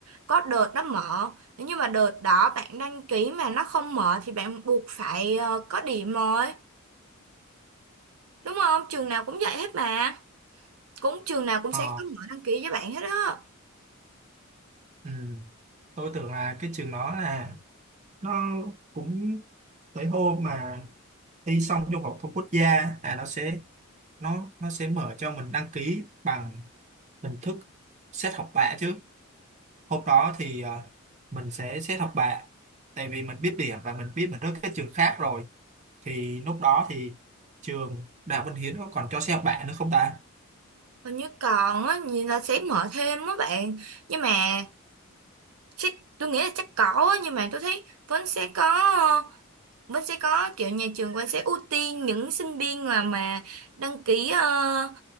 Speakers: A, on the right (about 85°); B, on the right (about 35°).
A: có đợt nó mở. Nếu như mà đợt đó bạn đăng ký mà nó không mở thì bạn buộc phải ờ, có điểm rồi. Đúng không? Trường nào cũng vậy hết mà. Cũng trường nào cũng
B: Ờ
A: sẽ có mở đăng ký với bạn hết á.
B: Ừ. Tôi tưởng là cái trường đó là nó cũng tới hôm mà thi xong trung học thông quốc gia là nó sẽ nó nó sẽ mở cho mình đăng ký bằng hình thức xét học bạ chứ hôm đó thì ờ, mình sẽ xét học bạ tại vì mình biết điểm và mình biết mình rớt các trường khác rồi thì lúc đó thì trường Đại học Văn Hiến nó còn cho xét học bạ nữa không ta
A: Hình như còn á, nhìn là sẽ mở thêm á bạn Nhưng mà chắc, tôi nghĩ là chắc có á, Nhưng mà tôi thấy vẫn sẽ có ờ, Vẫn sẽ có kiểu nhà trường vẫn sẽ ưu tiên những sinh viên là mà đăng ký ờ,